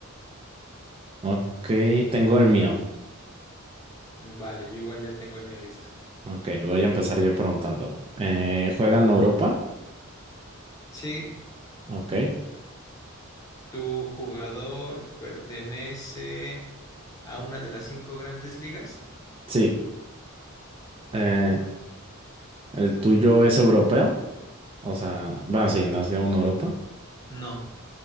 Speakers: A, on the right; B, on the left.
A: Ok, tengo el mío.
B: Mm, Vale, yo igual ya tengo el mío listo.
A: Ok, voy a empezar yo preguntando. Eh, ¿juega en Europa?
B: Sí,
A: Ok.
B: tu jugador pertenece a una de las cinco grandes ligas.
A: Sí.
B: Muy
A: Eh,
B: bien.
A: ¿el tuyo es europeo? O sea, bueno, sí, nació en Europa.
B: No,